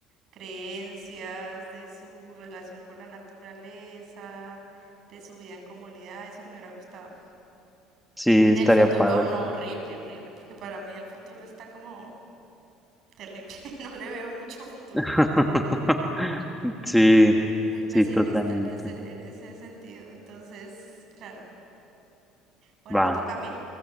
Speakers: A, on the right; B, in the centre.
A: creencias, de su relación con la naturaleza, de su vida en comunidad, eso me hubiera gustado.
B: Sí,
A: Y
B: estaría
A: del futuro,
B: padre.
A: no, horrible, horrible, porque para mí el futuro está como terrible, <laughs> no le veo mucho futuro
B: <laughs>
A: al futuro,
B: Sí,
A: muy pesimista
B: sí, totalmente.
A: en ese, en ese sentido, entonces, claro. Bueno,
B: Va.
A: ¿me toca a mí?